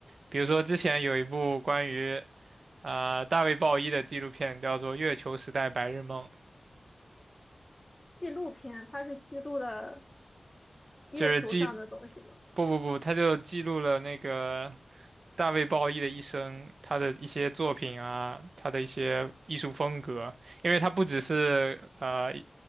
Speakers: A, on the right; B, on the left.
A: 比如说之前有一部关于呃大卫鲍伊的纪录片，叫做《月球时代白日梦》，
B: <laughs> 纪录片，它是记录的月球上的东西吗？
A: 就是记不不不，他就记录了那个大卫鲍伊的一生，他的一些作品啊，他的一些艺术风格，因为他不只是呃